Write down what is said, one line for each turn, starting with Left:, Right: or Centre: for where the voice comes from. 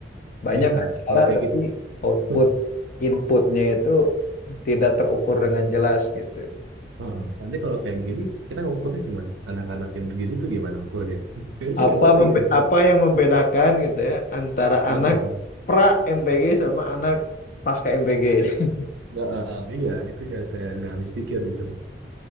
Left: Banyak
Right: iya.
Left: acara
Right: Kalau kayak
Left: tapi
Right: gitu.
Left: output
Right: <laughs>
Left: inputnya itu tidak terukur dengan jelas gitu.
Right: Heeh. Nanti kalau kayak gini, kita ukurnya gimana? Anak-anak yang bergizi itu gimana ukurnya? <laughs> Jadi saya
Left: Apa
Right: nggak ngerti
Left: membe-
Right: kan gitu.
Left: apa yang membedakan gitu ya antara
Right: Heeh.
Left: anak pra MPG sama anak pasca MPG ini?
Right: Nggak, eh, iya, itu yang saya nggak habis pikir gitu loh.